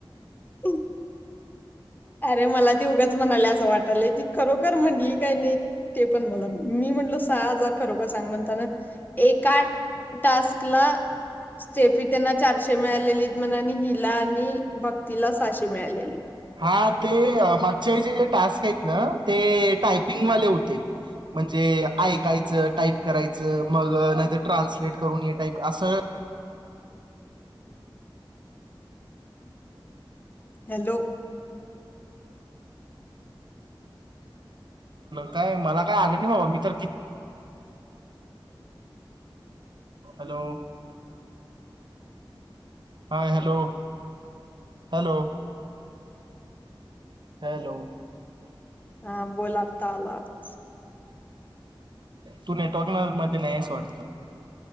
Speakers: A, on the left; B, on the right.
A: हम अरे मला ती उगच म्हणाल्या असं वाटलंय ती खरोखर म्हटली काय नाही ते पण मला मी म्हटल सहा हजार खरोखर सांग म्हणताना एका टास्क ला स्टेपी तेना चारशे मिळालेलीत म्हणा आणि हिला आणि भक्तीला साशे मिळालेली
B: हा ते मागच्य वेळच टास्क आहेत ना ते टायपिंगवाले होते म्हणजे ऐकायचं टाईप करायचं मग नाहीतर ट्रान्सलेट करून ये टाईप असं
A: हॅलो
B: काय मला काय आलं नाही बाबा मी तर hello hi hello hello hello.
A: हा बोला. <unintelligible>
B: तु नेटवर्क मध्ये नाही आहेस वाटत?